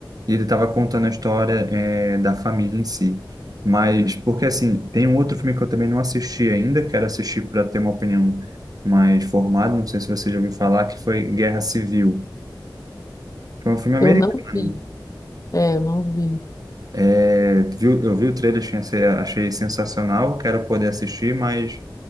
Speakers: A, on the right (about 50°); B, on the left (about 45°).
A: e ele estava contando a história, é, da família em si. Mas, porque, assim, tem um outro filme que eu também não assisti ainda, quero assistir para ter uma opinião mais formada, não sei se você já ouviu falar, que foi Guerra Civil. Foi um filme americano.
B: Eu não vi. É, eu não vi.
A: É, viu, eu vi o trailer, achei, achei sensacional, quero poder assistir, mas